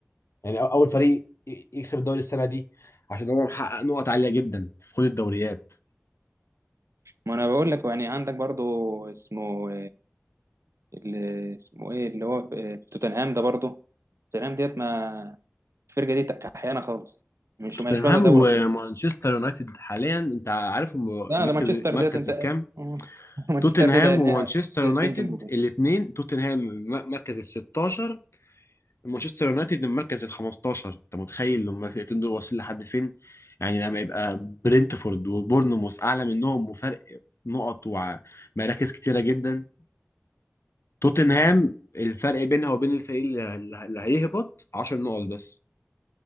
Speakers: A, on the left; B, on the right.
A: يعني أو- اول فريق ي- يكسب الدوري السنه دي عشان هو محقق نقط عاليه جدا في كل الدوريات
B: ما أنا بقول لك يعني عندك برضو اسمه اللي اسمه إيه اللي هو في في توتنهام ده برضو توتنهام ديت ما الفرقة دي كحيانة خالص مش
A: توتنهام
B: مش واخدة دوري
A: ومانشستر
B: خالص.
A: يونايتد حاليا انت عارف هم
B: لا
A: مركز
B: ده مانشستر
A: مركز
B: ديت أنت
A: الكام
B: <laughs> مانشستر
A: توتنهام
B: ديت إن
A: ومانشستر
B: هي
A: يونايتد
B: تنجم هجوم
A: الاثنين توتنهام م- مركز ال 16 مانشستر يونايتد من مركز ال 15 انت متخيل لما الفرقتين دول واصلين لحد فين يعني لما يبقى برينتفورد وبورنموث اعلى منهم وفرق نقط ومراكز كتيره جدا توتنهام الفرق بينها وبين الفريق اللي اللي هيهبط 10 نقط بس